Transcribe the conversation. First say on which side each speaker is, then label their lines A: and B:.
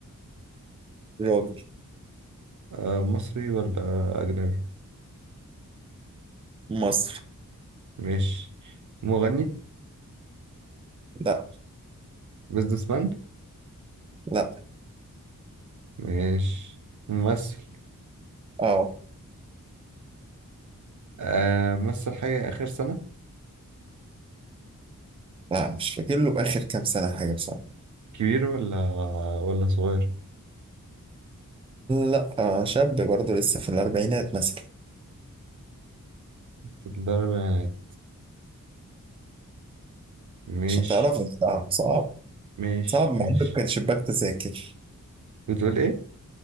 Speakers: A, on the right; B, on the right.
A: راجل
B: آه، مصري ولا أجنبي
A: مصر
B: ماشي مغني
A: لا
B: بيزنس مان
A: لا
B: ماشي ممثل
A: اه
B: آه، مثل حاجة آخر سنة
A: لا مش فاكر له اخر كام سنة حاجة بصراحة
B: كبير ولا ولا صغير
A: لا آه شاب برضه لسه في الاربعينات مثلا
B: في الأربعينات ماشي
A: مش هتعرف صعب صعب
B: ماشي
A: صعب مع
B: ماشي
A: انه كان شباك تذاكر
B: بتقول إيه